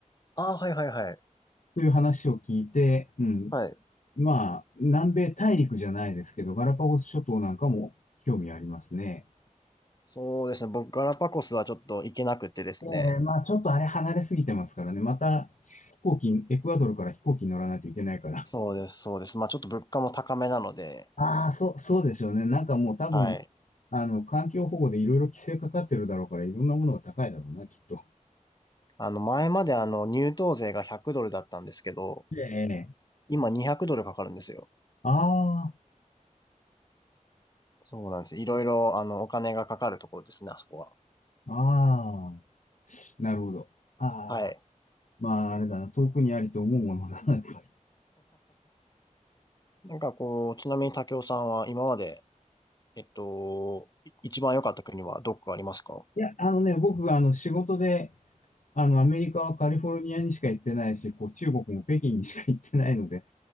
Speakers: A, on the left (about 30°); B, on the left (about 65°).
A: ああ、はいはいはい。
B: <laughs> という話を聞いて、うん。
A: はい。
B: まあ、南米大陸じゃないですけど、ガラパゴス諸島なんかも興味ありますね。
A: そうですね。僕、ガラパゴスはちょっと行けなくてですね。
B: ええまあちょっとあれ離れすぎてますからね。また飛行機、エクアドルから飛行機に乗らないといけないから。
A: そうです、そうです。まあちょっと物価も高めなので、
B: ああ、そう、そうでしょうね。なんかもう多分、
A: はい。
B: あの、環境保護でいろいろ規制かかってるだろうから、いろんなものが高いだろうな、きっと。
A: あの、前まであの、入湯税が100ドルだったんですけど、
B: ええ
A: 今200ドルかかるんですよ。
B: あ
A: そうなんです。いろいろ、あの、お金がかかるところですね、あそこは。
B: あ、ああ、なるほど。ああ、
A: はい。
B: まああれだな、遠くにありと思うものだな、やっぱり。
A: なんかこう、ちなみに武雄さんは今まで、えっと、い一番良かった国はどこかありますか
B: いや、あのね、僕、あの、仕事で、あの、アメリカはカリフォルニアにしか行ってないし、こう、中国も北京にしか行ってないので、